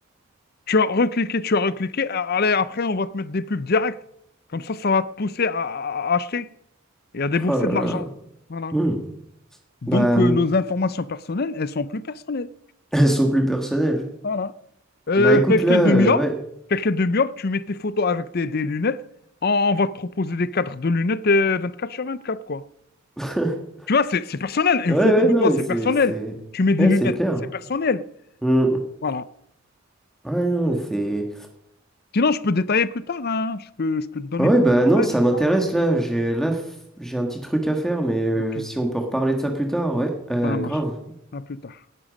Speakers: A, on the left (about 50°); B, in the centre.
A: tu as recliqué, tu as recliqué, a- allez, après, on va te mettre des pubs directes. Comme ça, ça va te pousser à, à- à acheter et à débourser
B: Oh là
A: de
B: là.
A: l'argent. Voilà.
B: Hmm.
A: Donc,
B: Bah,
A: euh,
B: hum,
A: nos informations personnelles, elles sont plus personnelles.
B: <laughs> elles sont plus personnelles.
A: Voilà. Euh,
B: Bah écoute,
A: quelqu'un
B: là, euh,
A: de myope,
B: ouais.
A: quelqu'un de myope, tu mets tes photos avec des, des lunettes, on, on va te proposer des cadres de lunettes euh, quatre sur 24 quoi.
B: <laughs>
A: Tu vois, c'est c'est personnel.
B: Ouais,
A: Une photo
B: ouais,
A: de
B: non,
A: toi,
B: mais
A: c'est
B: c'est,
A: personnel.
B: c'est,
A: Tu mets des
B: ouais,
A: lunettes,
B: c'est clair.
A: c'est personnel.
B: Hmm.
A: Voilà.
B: Ouais, non, mais c'est,
A: Sinon, je peux détailler plus tard, hein. Je peux, je peux te donner
B: ouais,
A: plus
B: bah
A: de
B: non,
A: détails
B: ça
A: sur
B: m'intéresse
A: ça.
B: là. J'ai, là, f- j'ai un petit truc à faire, mais euh,
A: Ok,
B: si on peut reparler de ça plus tard, ouais, euh,
A: ça marche.
B: grave.
A: À plus tard.